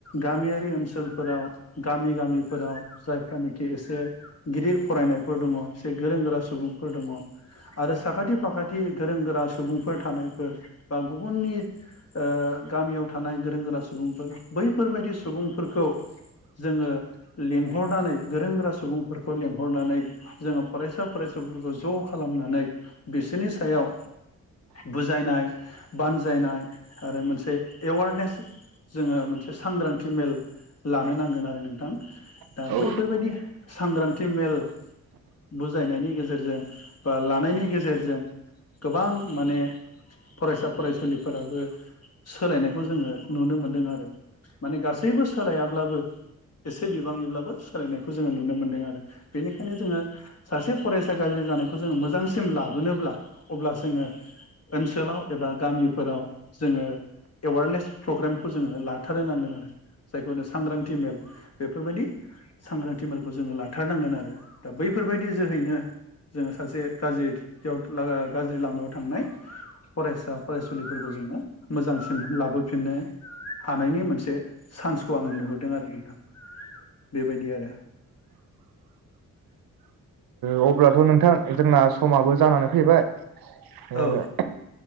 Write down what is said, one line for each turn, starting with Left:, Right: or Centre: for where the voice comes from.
Left: गामियारि ओनसोलफोराव गामि गामिफोराव जाय जानाखि एसे गिदिर फरायनाय फोर दङ एसे गोरों गोरा सुबुंफोर दङ आरो साखाथि फाखाथि गोरों गोरा सुबुंफोर थानायफोर बा गुबुननि ओ गामियाव थानाय गोरों गोरा सु सुबुंफोर बैफोरबायदि सुबुंफोरखौ जोङो लिंहरनानै सोंग्रा सुबुंफोरखौ लेंहरनानै जोङो फराय सा फरायसुलिफोरखौ ज खालामनानै बिसोरनि सायाव बुजायनाय बानजायनाय आरो मोनसे एवारनेस जोङो मोनसे सांग्रांथि मेल लानो नांगोन आरो नोंथां
Right: अब्लाथ'
Left: दा बै सांग्रांथि मेल बुजायनायनि गेजेरजों जों बा लानायनि गेजेरजों गोबां माने फरायसा फरायसुलिफोराबो सोलायनायखौ जोङो नुनो मोनदों आरो माने गासैबो सोलायाब्लाबो एसे बिबांनिब्लाबो सोलायनायखौ जोङो नुनो मोनदों आरो बेनिखायनो जोङो सासे फरायसा गाज्रि जानायखौ जोङो मोजांसिम लाबोनोब्ला अब्ला जोङो ओनसोलाव एबा गामिफोराव जोङो एवारनेस प्रग्रामखौ जोङो लाथारनो नांगोन आरो जायखौ होनो सांग्रांथि मेल बेफोरबायदि सांग्रांथि मेलखौ जोङो लाथारनांगोन आरो दा बैफोरबायदि जोहैनो जोङो सासे गाज्रियाव गाज्रि लामायाव थांनाय फरायसा फरायसुलिफोरखौ जोङो मोजांसिन लाबोफिननो हानायनि मोनसे चान्सखौ आङो नुहरदों आरो नोंथां। बेबायदि आरो
Right: ओ अब्लाथ' नोंथां जोंना समाबो जानानै फैबाय। ओ
Left: औ